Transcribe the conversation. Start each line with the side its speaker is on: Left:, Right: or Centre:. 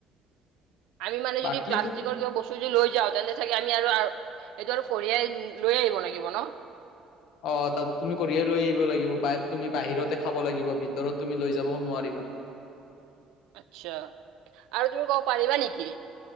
Right: আমি মানে যদি
Left: বাকী
Right: প্লালাষ্টিকৰ
Left: তুম
Right: কিবা বস্তু যদি লৈ যাওঁ, তেন্তে চাগে আমি আৰু সেইটো আৰু কঢ়িয়াই লৈ আহিব লাগিব ন।
Left: অ, তাত তুমি কঢ়িয়াই লৈ আহিব লাগিব বা তুমি বাহিৰতে খাব লাগিব। ভিতৰত তুমি লৈ যাবও নোৱাৰিবা।
Right: আতচ্ছা, আৰু তুমি কব পাৰিবা নেকি?